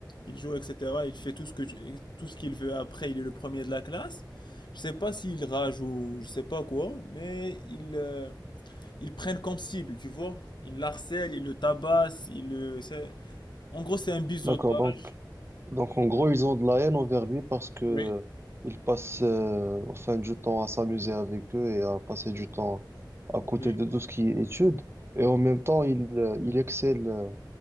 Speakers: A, on the left; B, on the right.
A: ils jouent, etc. Il fait tout ce que, tu- tout ce qu'il veut. Après, il est le premier de la classe. Je sais pas s'il rage ou je sais pas quoi, mais ils, euh, ils prennent comme cible, tu vois. Ils l'harcèlent, ils le tabassent, ils le, c'est- en gros, c'est un biseautage.
B: D'accord, donc, donc en gros, ils ont de la haine envers lui parce que euh,
A: Oui,
B: il passe euh, enfin du temps à s'amuser avec eux et à passer du temps à côté
A: oui.
B: de tout ce qui est études. Et en même temps, il, euh, il excelle euh,